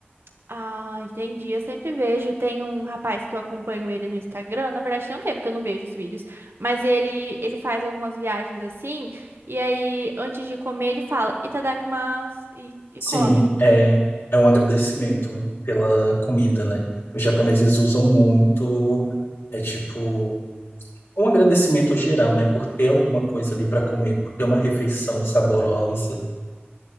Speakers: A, on the right; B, on the left.
A: Ah, entendi. Eu sempre vejo. Tem um rapaz que eu acompanho ele no Instagram. Na verdade, tem um tempo que eu não vejo os vídeos. Mas ele, ele faz algumas viagens assim. E aí, antes de comer, ele fala itadakimasu e, e
B: Sim,
A: come.
B: é, é um agradecimento pela comida, né? Os japoneses usam muito, é tipo um agradecimento geral, né, por ter alguma coisa ali para comer, por ter uma refeição saborosa.